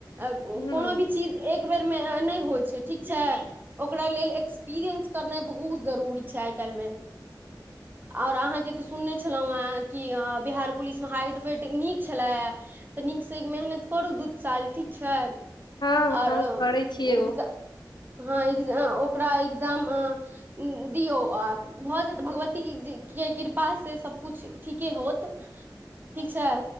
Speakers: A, on the right; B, on the left.
A: आ
B: ह
A: कोनो भी चीज एक एक बेर मे अ नै होइ छै ठीक छै। ओकरा लेल एक्सपीरियंस करनाय बहुत जरूरी छै आइ काएल मे। और अहाँ के तऽ सुनने छलौयै कि बिहार पुलिसमे हाइट वेट नीक छलए। तऽ नीकसँ मेहनत करू दू साल ठीक छै।
B: हँ
A: आर
B: हँ
A: उम्म
B: करै छियै
A: एग्जा
B: ओ
A: हां इग्जा अ अ ओकरा एग्जाम अ दियौ आ भऽ जाएत भगवत ती ज के कृपा से सब कुछ ठीके होत। ठीक छै,